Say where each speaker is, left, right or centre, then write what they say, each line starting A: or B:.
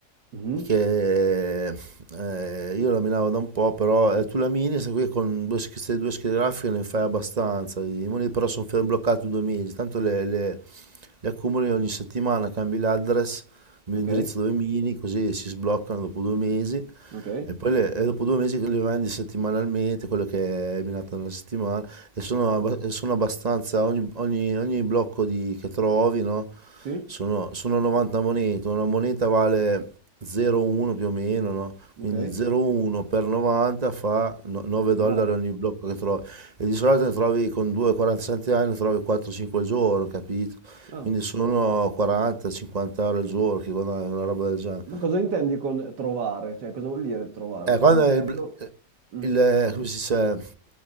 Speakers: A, on the right; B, on the right.
A: Mhm,
B: che eh, io laminavo da un po', però eh, tu lamini, questa qui con due, sch- queste due schede grafiche ne fai abbastanza, i moniti però sono fermi bloccati due mesi, tanto le, le- le accumuli ogni settimana, cambi l'address, l'indirizzo
A: Ok,
B: dove mini, così si sbloccano dopo due mesi
A: ok,
B: e poi le- e dopo due mesi le vendi settimanalmente, quello che hai minato nella settimana e sono, abba- e sono abbastanza, ogni, ogni- ogni blocco di- che trovi, no?
A: sì,
B: Sono, sono 90 monete, una moneta vale 0,1 più o meno, no?
A: ok.
B: Quindi 0,1 per 90 fa no- 9 dollari
A: Ma va-
B: ogni blocco che trovi. E di solito ne trovi con 2,40 centesimi, ne trovi 4-5 al giorno, capito?
A: ah,
B: Quindi sono 40-50 euro al giorno che guadagni una roba del genere.
A: Ma cosa intendi con trovare? Cioè, cosa vuol dire trovare?
B: Eh,
A: Cioè,
B: quando
A: un
B: è
A: gergo?
B: il, bl- eh,
A: Mm,
B: il- come si dice,